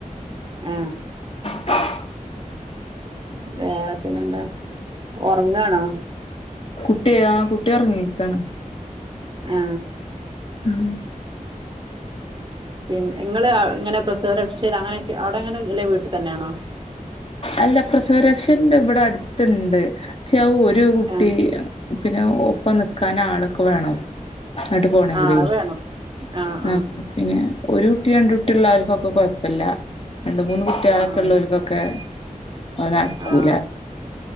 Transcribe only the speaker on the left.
<inaudible>
കുട്ടിയാ ആ കുട്ടിയൊറങ്ങീക്കാണ്
ഉം
അല്ല പ്രസവരക്ഷണ്ട് ഇവിടെ അടുത്ത്ണ്ട് ക്ഷെ ഒരു കുട്ടി
പിന്നെഒപ്പം നിക്കാൻ ആളൊക്കെ വേണം അങ്ങട്ട് പോണെങ്കിലേ
ആ
പിന്നെ ഒരുകുട്ടി, രണ്ട്കുട്ടിള്ളോൽക്കൊക്കെ കൊഴപ്പല്ല രണ്ട്, മൂന്ന്കുട്ടിയാള്ളൊക്കെ
ല്ലോൽക്കൊക്കെ അത് നടക്കൂല